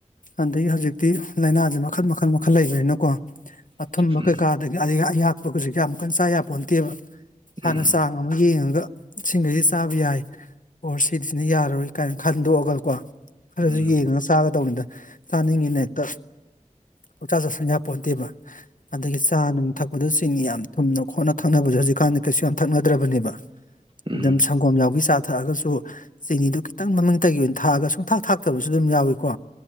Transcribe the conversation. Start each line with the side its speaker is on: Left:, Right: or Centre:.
Left: ꯑꯗꯒꯤ ꯍꯧꯖꯤꯛꯇꯤ ꯂꯥꯏꯅꯥꯁꯦ ꯃꯈꯜ ꯃꯈꯜ ꯃꯈꯜ ꯂꯩꯕꯅꯤꯅꯀꯣ ꯑꯊꯨꯝꯕ
Right: ꯎꯝ
Left: ꯀꯩꯀꯥꯗꯒꯤ ꯑꯍꯛꯄꯒꯁꯨ ꯀ ꯌꯥꯝꯨꯛꯀꯟ ꯆꯥ ꯌꯥꯝꯄꯣꯟꯟꯇꯦꯕ ꯏꯁꯥꯅ
Right: ꯎꯝ
Left: ꯆꯥꯡ ꯑꯃ ꯌꯦꯡꯉꯒ ꯁꯤꯉꯩꯁꯤ ꯆꯥꯕ ꯌꯥꯏ ꯑꯣ ꯁꯤꯗꯤꯁꯤꯅ ꯌꯥꯔꯣꯏ ꯀꯥꯏꯅ ꯈꯟꯗꯣꯛꯑꯒ ꯀꯣ ꯈꯔꯁꯌꯦꯡꯉꯒ
Right: ꯎꯝ
Left: ꯆꯥꯒꯗꯧꯕꯅꯤꯗ ꯆꯥꯅꯤꯡꯉꯤꯅ ꯍꯦꯛꯇ ꯄꯣꯛꯆꯥ ꯆꯠ ꯁꯪꯌꯥ ꯄꯣꯟꯇꯕ ꯑꯗꯒꯤ ꯆꯥ ꯅꯨꯡ ꯊꯛꯄꯗ ꯆꯤꯅꯤ ꯌꯥꯝ ꯊꯨꯝꯅ ꯈꯣꯠꯅ ꯊꯛꯅꯕꯁꯦ ꯍꯧꯖꯤꯛꯀꯥꯟꯗꯤ ꯀꯩꯁꯨ ꯌꯥꯝ ꯊꯛꯅꯗ꯭ꯔꯕꯅꯦꯕ
Right: ꯎꯝ
Left: ꯑꯗꯨꯝ ꯁꯪꯒꯣꯝ ꯌꯥꯎꯕꯤ ꯆꯥ ꯊꯛꯑꯒꯁꯨ ꯆꯤꯅꯤꯗꯨ ꯈꯤꯇꯪ ꯃꯃꯤꯡꯇꯒꯤ ꯑꯣꯏꯅ ꯊꯥꯛꯑꯒ ꯁꯨꯡꯊꯥꯛ ꯊꯥꯛꯇꯕꯁꯨ ꯑꯗꯨꯝ ꯌꯥꯎꯏꯀꯣ